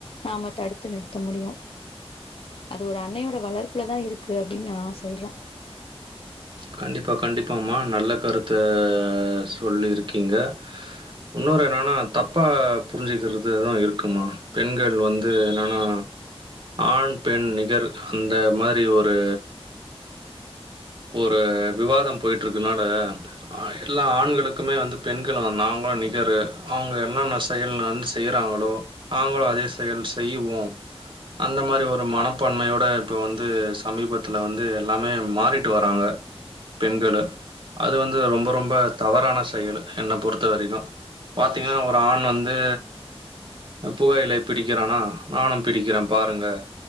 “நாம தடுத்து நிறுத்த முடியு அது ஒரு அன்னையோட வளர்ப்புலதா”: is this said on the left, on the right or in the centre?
Left